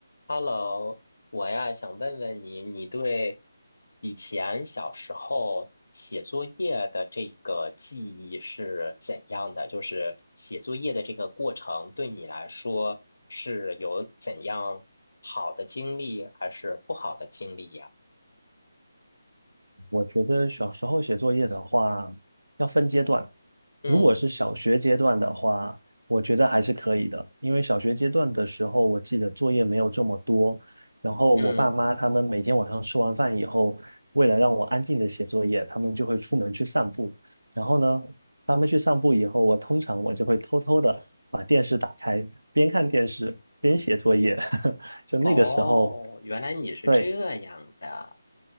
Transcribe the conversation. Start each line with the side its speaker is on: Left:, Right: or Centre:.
Left: Hello，我呀想问问你，你对以前小时候写作业的这个记忆是怎样的？就是写作业的这个过程对你来说是有怎样好的经历，还是不好的经历呀？
Right: 我觉得小时候写作业的话，要分阶段。
Left: 嗯
Right: 如果是小学阶段的话，我觉得还是可以的，因为小学阶段的时候，我记得作业没有这么多。然后我爸妈他们每天晚上吃完饭以后，
Left: 嗯，
Right: 为了让我安静的写作业，他们就会出门去散步。然后呢，他们去散步以后，我通常我就会偷偷的把电视打开，边看电视边写作业。<laughs> 就那个时候，
Left: 哦，原来你是这样的，
Right: 对，